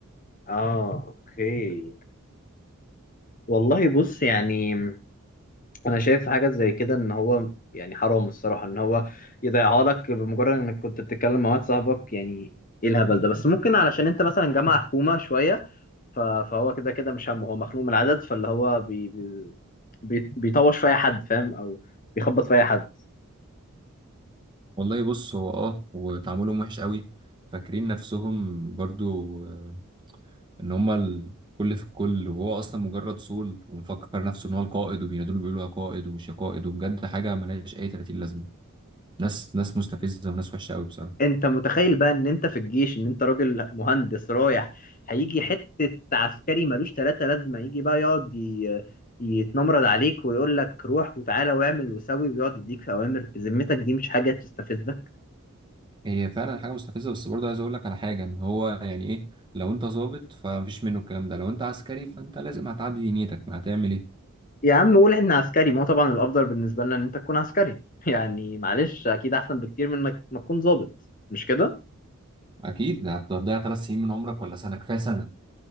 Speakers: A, on the left; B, on the right.
A: اه اوكي والله بص يعني انا شايف حاجه زي كده ان هو يعني حرام الصراحه ان هو يضيعها لك بمجرد انك كنت بتتكلم مع واحد صاحبك يعني ايه الهبل ده بس ممكن علشان انت مثلا جامعه حكومه شويه ف- فهو كده كده مش همه هو مخنوق من العدد فاللي هو بي بي بي- بيطوش في اي حد فاهم او بيخبط في اي حد
B: والله بص هو اه وتعاملهم وحش قوي فاكرين نفسهم برضو آه، ان هما الكل في الكل وهو اصلا مجرد صول ومفكر نفسه ان هو القائد وبينادوا بيقولوا يا قائد ومش يا قائد وبجد حاجه ملهاش اي 30 لازمه ناس ناس مستفزه وناس وحشه قوي بصراحه
A: انت متخيل بقى ان انت في الجيش ان انت راجل مهندس رايح هيجي حتة عسكري ملوش تلاتة لازمة يجي بقى يقعد ي- يتنمرد عليك ويقول لك روح وتعالى واعمل وسوي ويقعد يديك اوامر بذمتك دي مش حاجة تستفزك
B: هي فعلا حاجه مستفزه بس برضه عايز اقول لك على حاجه ان هو يعني ايه لو انت ظابط فمفيش منه الكلام ده لو انت عسكري فانت لازم هتعدي دنيتك ما هتعمل ايه
A: يا عم قول ان عسكري ما هو طبعا الافضل بالنسبة لنا ان انت تكون عسكري <laughs> يعني معلش اكيد احسن بكتير من انك ما تكون ضابط مش كده
B: اكيد هتضيع ثلاث سنين من عمرك ولا سنه كفايه سنه